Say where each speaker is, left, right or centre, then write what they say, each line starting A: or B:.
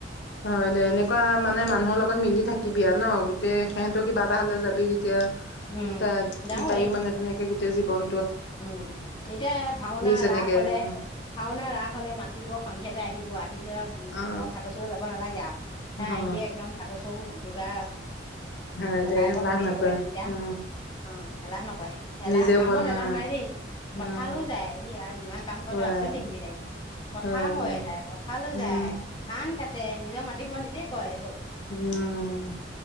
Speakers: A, on the left; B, on the left.
A: হয় দে এনেকুৱা মানে মানুহৰ লগত মিলি থাকিবি আৰু ন গোটেই সিহঁতৰ কিবা এটা হলে যাবি তেতিয়া।
B: উম
A: ত
B: গাঁওৱে।
A: তাইও মানে তেনেকে তে জীৱন
B: উম, এতিয়া ভাওনা,
A: যেনেকে
B: ৰাস হলে,
A: উম
B: ভাওনা, ৰাস হলে মাতিব, সন্ধিয়াতে আহিব, আ আহিল লৈ
A: অ
B: মই ভাতৰ চৌ যাব নালাগে আও, তাই
A: অ
B: আহিয়ে একদম ভাতৰ চৌ যোগাৰ
A: হয়
B: ককায়েকৰ
A: দে এলাহ
B: সতি
A: নকৰে
B: একেবাৰে দুইটা
A: অ
B: অ এলাহে নকয় এলাহ
A: নিজেও
B: কামত
A: বনা
B: এলাহ নাই দেই পথাৰলৈ
A: অ
B: যায় ই আৰু যিমান কাম কৰে
A: হয়
B: তই আচৰিত দেখিবি তাইক পথাৰ
A: হয়
B: কৰে
A: দে
B: তাই পথাৰলৈ
A: উম
B: যায় ধান কাটে নিজৰ মা টি খোপা নিজেই কৰে চব।
A: উম